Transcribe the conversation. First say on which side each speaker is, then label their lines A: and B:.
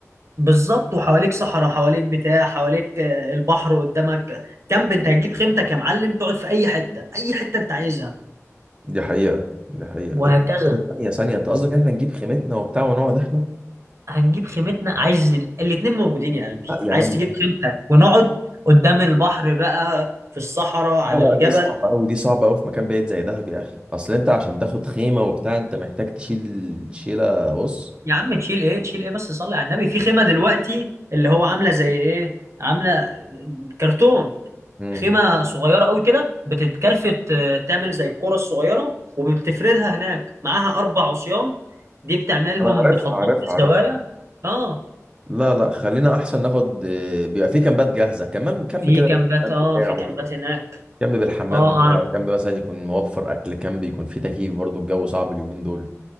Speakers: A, on the right; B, on the right.
A: بالظبط وحواليك صحراء حواليك بتاع حواليك آه، البحر قدامك كامب انت هتجيب خيمتك يا معلم تقعد في اي حته اي حته انت عايزها
B: دي حقيقه دي حقيقه
A: وهكذا
B: ثانيه ثانيه ثانية، انت قصدك ان احنا نجيب خيمتنا وبتاع ونقعد احنا
A: هنجيب خيمتنا عايز ال- الاتنين موجودين يا قلبي
B: لا يا
A: عايز
B: عم
A: تجيب خيمتك ونقعد قدام البحر بقى في الصحراء على
B: لا لا
A: الجبل
B: دي صعبة أوي دي صعبة أوي في مكان بعيد زي دهب يا أخي أصل أنت عشان تاخد خيمة وبتاع أنت محتاج تشيل شيلة بص
A: يا عم تشيل ايه تشيل ايه بس صلي على النبي في خيمه دلوقتي اللي هو عامله زي ايه عامله كرتون
B: مم.
A: خيمه صغيره قوي كده بتتكلفت آه، تعمل زي الكره الصغيره وبتفردها هناك معاها اربع عصيان دي بتعملهم
B: انا عارفها
A: بتحطهم
B: عارفها
A: في الزوايا
B: عارفها
A: اه
B: لا لا خلينا أحسن ناخد آه، بيبقى في كامبات جاهزة كمان كامب
A: في
B: كده
A: كامبات
B: الكلام
A: اه
B: بتاعه
A: في كامبات هناك
B: كامب بالحمام
A: اه
B: بتاعه
A: اعرف
B: كامب مثلا يكون موفر أكل كامب يكون فيه تكييف برضو الجو صعب اليومين دول